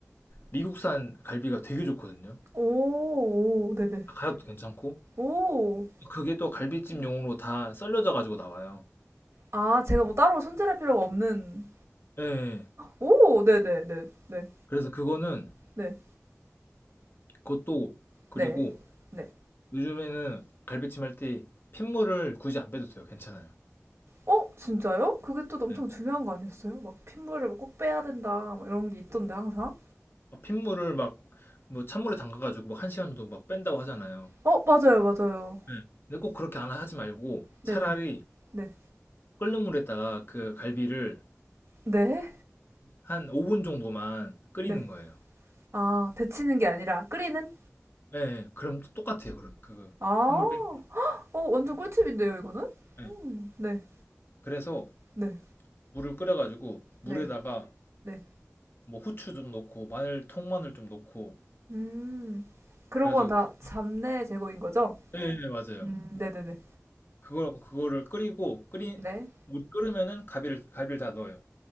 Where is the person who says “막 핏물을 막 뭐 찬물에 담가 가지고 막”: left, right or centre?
Left